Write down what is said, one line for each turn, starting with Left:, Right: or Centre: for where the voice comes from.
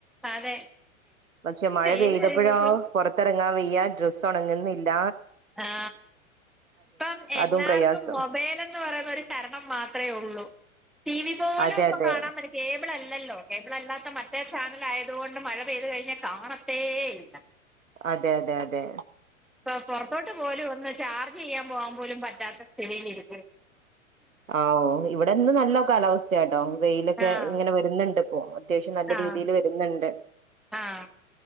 Centre: അതെ
Right: പക്ഷെ മഴ
Centre: ചെയ്ത്
Right: പെയ്തപ്പഴോ
Centre: കഴിഞ്ഞപ്പം
Right: പൊറത്തെറങ്ങാൻ വെയ്യ ഡ്രസ്സൊണങ്ങുന്നില്ല.
Centre: ആ ഇപ്പം എല്ലാവർക്കും
Right: അതും പ്രയാസം
Centre: മൊബൈലും പറ ശരണം മാത്രമേ ഉള്ളൂ ടി വി പോലും
Right: അതെ അതെ
Centre: ഇ കാണാൻ പറ്റ കേബിൾല്ലോ കേബിള അല്ലാത്ത മറ്റേ ചാനൽ ആയതുകൊണ്ട് മഴ പെയ്തു കഴിഞ്ഞാൽ കാണത്തേ ഇല്ല.
Right: അതെ അതെ അതെ
Centre: ഇപ്പ പുറത്തോട്ട് പോലും ഒന്ന് ചാർജ് ചെയ്യാൻ പോവാൻ പോലും പറ്റാത്ത സ്ഥിതിയില ഇരിക്കും.
Right: ആഓ ഇവിടെ ഇന്ന് നല്ല കാലാവസ്ഥയാട്ടോ വെയിലൊക്കെ
Centre: ആഹ്
Right: ഇങ്ങനെ വരുന്നുണ്ട് ഇപ്പോ. അത്യാവശ്യം നല്ല
Centre: ആഹ്
Right: രീതിയിൽ വരുന്നുണ്ട്.
Centre: ആഹ്